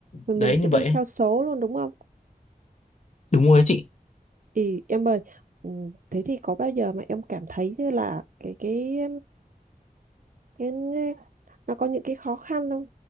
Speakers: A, on the right (about 60°); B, on the left (about 50°).
A: mình
B: đấy
A: mình sẽ
B: như
A: đi
B: vậy
A: theo
B: ấy.
A: số luôn đúng không
B: đúng rồi đấy chị
A: thì em ơi ừ, thế thì có bao giờ mà em cảm thấy như là cái cái Thế nên nó có những cái khó khăn không